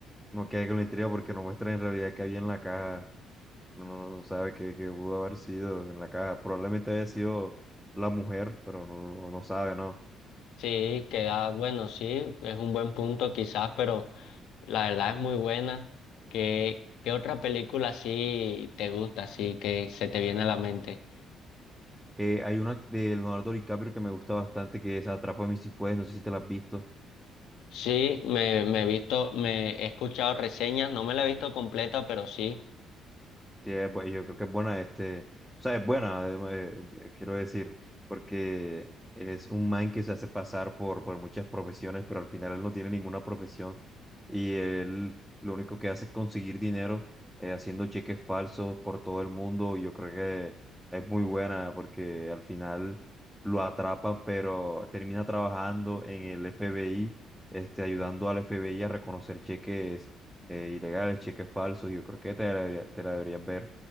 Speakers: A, in the centre; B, on the left (about 80°).
A: no queda con la intriga porque no muestra en realidad qué había en la caja. Uno no, no no sabe qué, qué pudo haber sido en la caja. Probablemente haya sido la mujer, pero no, no, no sabe, ¿no?
B: Sí, queda, bueno, sí, es un buen punto quizás, pero la verdad es muy buena. ¿Qué, qué otra película sí te gusta, sí, que se te viene a la mente?
A: Eh, hay una de Leonardo DiCaprio que me gusta bastante, que es Atrápame si puedes, no sé si te la has visto.
B: Sí, me, me he visto, me he escuchado reseñas, no me la he visto completa, pero sí.
A: Sí, es bu- yo creo que es buena, este, o sea, es buena, eh, eh, eh, quiero decir, porque es un man que se hace pasar por, por muchas profesiones, pero al final él no tiene ninguna profesión y él lo único que hace es conseguir dinero eh, haciendo cheques falsos por todo el mundo. Yo creo que es muy buena porque al final lo atrapan, pero termina trabajando en el FBI, este, ayudando al FBI a reconocer cheques eh, ilegales, cheques falsos, yo creo que te la debería- te la deberías ver.